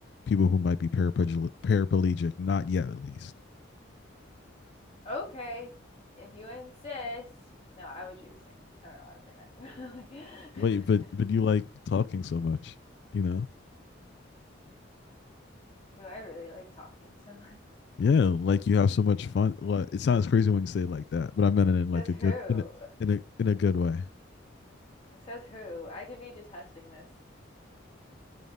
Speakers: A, on the left; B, on the left.
A: people who might be paraplegic, paraplegic not yet at least.
B: okay, if you insist. No, I would choose the same. I don't know why I'm saying that.
A: Wait, but
B: <laughs>
A: but you
B: Like,
A: like talking so much, you know?
B: <laughs> do I really like talking so much?
A: Yeah,
B: Says
A: like
B: who?
A: you have so much fun. Like, it sounds crazy when you say it like that, but I meant it in
B: Says
A: like a
B: who?
A: good in a in a, in a good way.
B: Says who? I could be detesting this.